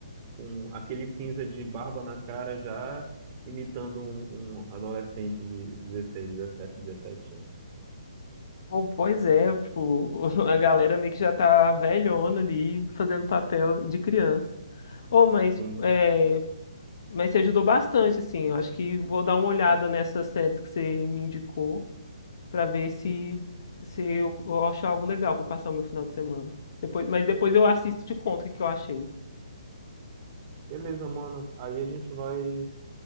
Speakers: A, on the right; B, on the left.
A: com aquele cinza de barba na cara já, imitando um, um adolescente de 16, 17 17 anos.
B: Pô, pois é, tipo, <laughs> a galera meio que já tá velhona ali, fazendo papel de criança. Ô, mas,
A: Sim,
B: é, mas você ajudou bastante, assim. Eu acho que vou dar uma olhada nessas séries que você me indicou. para ver se, se eu, eu acho algo legal para passar o meu final de semana. Depois, mas depois eu
A: sim.
B: assisto e te conto o que que eu achei.
A: Beleza, mano. Aí a gente vai,